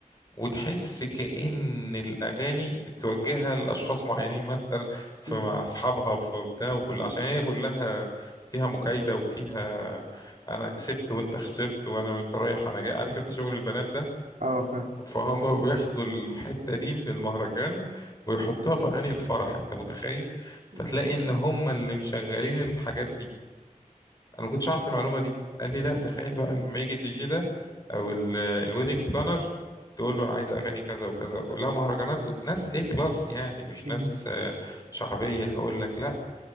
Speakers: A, on the left; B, on the right.
A: وتحس كأن الأغاني بتوجهها لأشخاص معينين مثلا في
B: مم.
A: مع أصحابها في بتاع وكل عشان هي كلها فيها مكايدة وفيها أنا كسبت وأنت خسرت وأنا أنت رايح أنا جاي عارف أنت شغل البنات ده
B: اه فاهم
A: فهم بياخدوا الحتة دي من المهرجان ويحطوها في أغاني الفرح أنت متخيل
B: مم.
A: فتلاقي إن هم اللي مشغلين الحاجات دي انا ما كنتش عارف المعلومه دي قال لي لا تخيل بقى لما يجي الدي جي ده او الويدنج بلانر تقول له انا عايز اغاني كذا وكذا ويقول لها مهرجانات وناس ايه كلاس يعني مش
B: مم.
A: ناس آه، شعبيه هقول لك لا